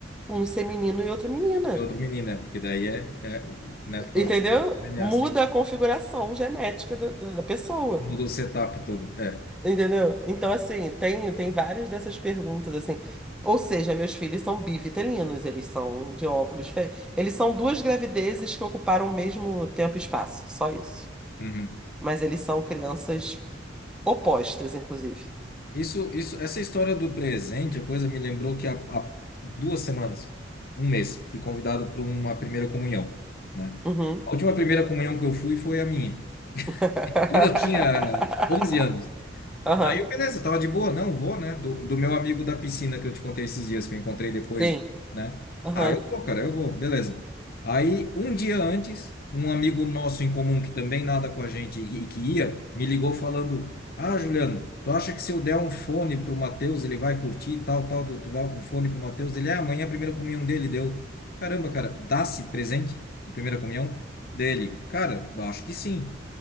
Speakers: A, in the centre; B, on the left.
A: um ser menino e outra menina,
B: é outro menino, né? Porque daí é, é, né, por causa
A: entendeu?
B: do DNA,
A: Muda
B: sim.
A: a configuração genética do- do- da pessoa,
B: Mudou o setup todo. É.
A: entendeu? Então, assim, tem, tem várias dessas perguntas, assim. Ou seja, meus filhos são bivitelinos, eles são de óvulos diferentes. Eles são duas gravidezes que ocuparam o mesmo tempo e espaço, só isso.
B: Uhum.
A: Mas eles são crianças opostas, inclusive.
B: Isso, isso, essa história do presente, a coisa me lembrou que há, há duas semanas, um mês, fui convidado para uma primeira comunhão, né?
A: Uhum.
B: A última primeira comunhão que eu fui foi a minha.
A: <laughs>
B: Quando eu tinha 11 anos.
A: Aham,
B: Daí, eu, beleza, tava de boa, não vou, né? Do, do meu amigo da piscina que eu te contei esses dias, que eu encontrei depois,
A: sim.
B: né?
A: Aham.
B: Ah, eu vou, cara, eu vou, beleza. Aí, um dia antes, um amigo nosso em comum que também nada com a gente e, e que ia, me ligou falando: Ah, Juliano, tu acha que se eu der um fone pro Matheus, ele vai curtir e tal, tal, tu vai um fone pro Matheus? Ele, ah, amanhã é a primeira comunhão dele deu. Caramba, cara, dá-se presente de primeira comunhão dele? Cara, acho que sim.